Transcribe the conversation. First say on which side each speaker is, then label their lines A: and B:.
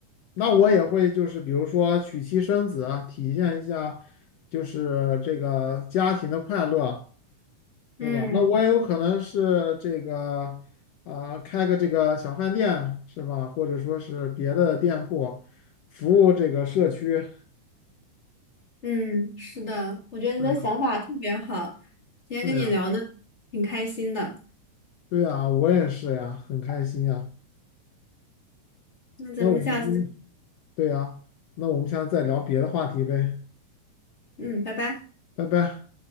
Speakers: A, on the left (about 80°); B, on the left (about 25°).
A: 那我也会就是比如说娶妻生子啊，体现一下就是这个家庭的快乐，是吧？
B: 嗯
A: 那我也有可能是这个啊、开个这个小饭店，是吧？或者说是别的店铺，服务这个社区。
B: 嗯，是的，我觉得你的想法特别好，
A: 是呀，
B: 今天跟你聊的挺开心的。
A: 是呀，对呀，我也是呀，很开心呀。
B: 那咱们下次再，
A: 那我们今，对呀，那我们下次再聊别的话题呗，
B: 嗯，拜拜。
A: 拜拜。